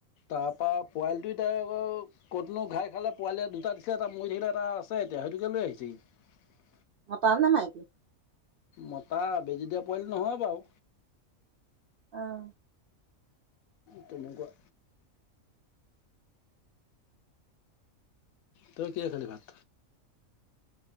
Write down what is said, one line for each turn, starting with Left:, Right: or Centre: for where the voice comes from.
Left: তাৰপৰা পোৱালিটো এতিয়া আকৌ ক'তনো ঘাই খালে পোৱালি দুটা দিছিলে এটা মৰি থাকিলে এটা আছে এতিয়া সেইটোকে লৈ আহিছে ই।
Right: মতা নে মাইকী?
Left: মতা বেজী দিয়া পোৱালি নহয় বাৰু
Right: অহ
Left: ত নেকুৱা তই কিহেদি খালি ভাত?